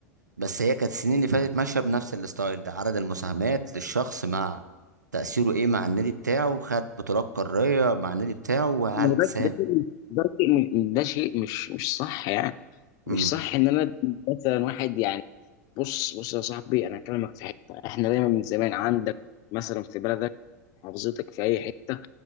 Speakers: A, on the right; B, on the left.
A: بس هي كانت السنين اللي فاتت ماشية بنفس الستايل ده عدد المساهمات للشخص مع تأثيره ايه مع النادي بتاعه خد بطولات قارية مع النادي بتاعه وهل
B: ما هو ده
A: ساهم
B: ده شيء ده شيء- ده شيء مش مش صح يعني
A: امم
B: مش صح ان انا أدي مثلا واحد يعني بص بص يا صاحبي انا هكلمك في حته احنا دايما من زمان عندك مثلا في بلدك محافظتك في اي حته